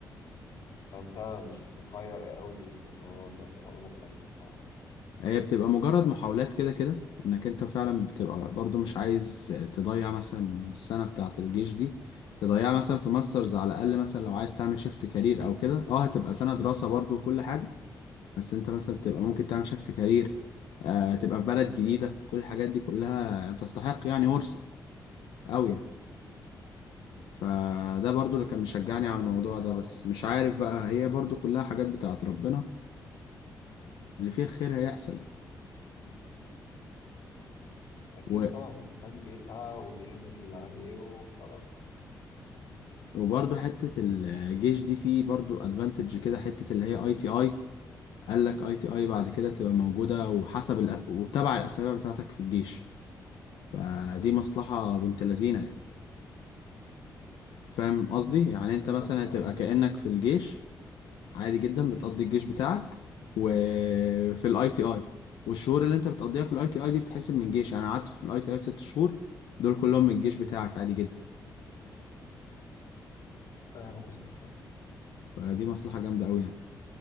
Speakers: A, on the left; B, on the left.
A: فأنت مش مخير قوي في الموضوع ده الموضوع مختلف بصراحة
B: هي بتبقى مجرد محاولات كده كده انك انت فعلا بتبقى برضو مش عايز تضيع مثلا السنة بتاعة الجيش دي تضيعها مثلا في ماسترز على الاقل مثلا لو عايز تعمل شيفت كارير او كده اه هتبقى سنة دراسة برضو وكل حاجة بس انت مثلا بتبقى ممكن تعمل شيفت كارير آه تبقى في بلد جديدة كل الحاجات دي كلها تستحق يعني ورثت أوي يعني فده برضو اللي كان مشجعني
A: عامة
B: على الموضوع
A: اه
B: ده بس مش عارف بقى هي برضو كلها حاجات بتاعت ربنا واللي فيه الخير هيحصل يعني
A: أكيد
B: و-
A: طبعا الإنسان بيسعى وبيعمل اللي عليه وخلاص
B: وبرضو حتة الجيش دي فيه برضو ادفانتج كده حتة اللي هي اي تي اي قال لك اي تي اي بعد كده تبقى موجودة وحسب الأ- وتبع الأسابيع بتاعتك في الجيش فدي مصلحة بنت لذينة يعني فاهم قصدي يعني
A: بالظبط
B: انت مثلا هتبقى
A: اه
B: كأنك في الجيش عادي جدا بتقضي الجيش بتاعك وفي الاي تي اي والشهور اللي انت بتقضيها في الاي تي اي دي بتحسب من الجيش يعني قعدت في الاي تي اي ست شهور دول كلهم من الجيش بتاعك عادي جدا
A: فاهم قصدك آه.
B: فدي مصلحة جامدة قوي يعني